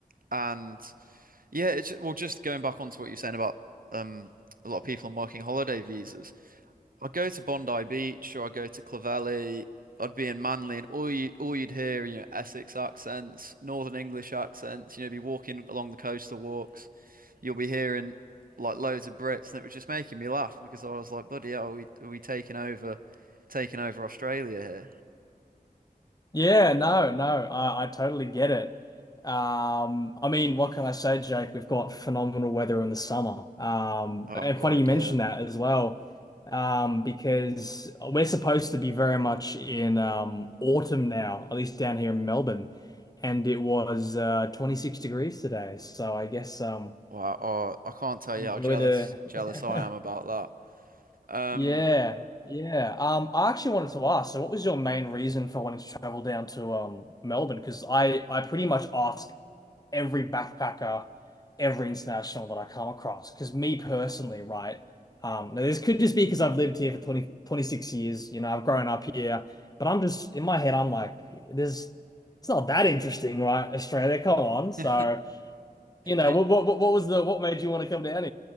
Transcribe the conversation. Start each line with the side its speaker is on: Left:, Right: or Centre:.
Right: and yeah, it's well, just going back onto what you're saying about um a lot of people on working holiday visas. I go to Bondi Beach or I go to Clovelly. I'd be in Manly, and all you all you'd hear, you know, Essex accents, Northern English accents. You know, be walking along the coastal walks you'll be hearing like loads of Brits, and it was just making me laugh because I was like, "Buddy, are we are we taking over, taking over Australia here?"
Left: Yeah, no, no, I, I totally get it. Um, I mean, what can I say, Jake? We've got phenomenal weather in the summer. Um,
Right: Oh
Left: and
Right: God,
Left: funny you mentioned
Right: yeah.
Left: that as well, um, because we're supposed to be very much in um, autumn now, at least down here in Melbourne, and it was uh, 26 degrees today. So I guess um,
Right: Wow. Oh, I can't tell
Left: enjoy
Right: you how jealous
Left: the <laughs>
Right: jealous I am about that. Um,
Left: Yeah, yeah. Um, I actually wanted to ask, so what was your main reason for wanting to travel down to um Melbourne? Because I I pretty much ask every backpacker, every international that I come across. Because me personally, right? Um, now this could just be because I've lived here for 20 26 years. You know, I've grown up here, but I'm just in my head, I'm like, there's it's not that interesting, right? Australia, come on.
Right: <laughs>
Left: So,
Right: do
Left: you know,
Right: you,
Left: what what what what was the what made you want to come down